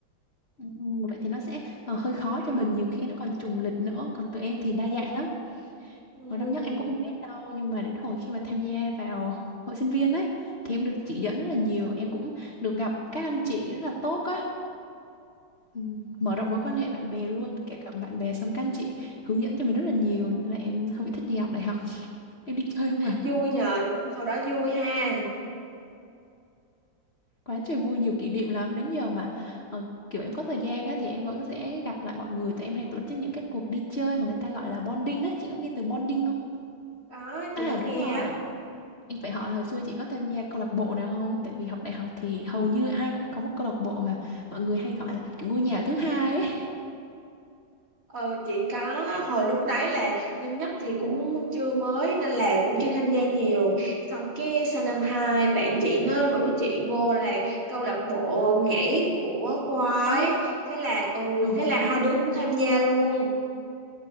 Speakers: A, on the left; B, on the right.
A: Ừ. Ừ, vậy thì nó sẽ ờ, hơi
B: Ừ.
A: khó
B: nhờ.
A: cho mình nhiều khi nó còn trùng lịch nữa còn tụi em thì đa dạng lắm
B: Ừ.
A: hồi năm nhất em cũng không biết đâu nhưng mà đến hồi khi mà tham gia vào hội sinh viên ấy thì em được chỉ dẫn rất là nhiều em cũng được gặp các anh chị rất là tốt á Ừ, mở rộng mối quan
B: Ừ.
A: hệ bạn bè luôn kể cả bạn bè xong các anh chị hướng dẫn cho mình rất là nhiều nên là em không bị thích đi học đại học <laughs> em đi chơi không à?
B: vui nhờ hồi đó vui ha
A: quá trời vui nhiều kỷ niệm lắm đến giờ mà ờ, kiểu em có thời gian á, thì em vẫn sẽ gặp lại mọi người tụi em hay tổ chức những cái cuộc đi chơi mà người ta gọi là bonding á chị có nghe từ bonding không
B: có chị
A: à
B: có nghe
A: đúng rồi
B: á.
A: em phải hỏi hồi xưa chị có tham gia câu lạc bộ nào không tại vì học đại học thì hầu như ai cũng có một câu lạc bộ mà mọi người hay gọi là kiểu ngôi nhà thứ hai ấy
B: ờ chị có hồi lúc đấy là năm nhất thì cũng chưa mới nên là cũng chưa tham gia nhiều xong cái sang năm hai bạn chị nó rủ chị vô là câu lạc bộ nhảy của khoa
A: ồ
B: ấy thế là ừ
A: trời
B: thế là hai
A: ơi
B: đứa cũng tham gia luôn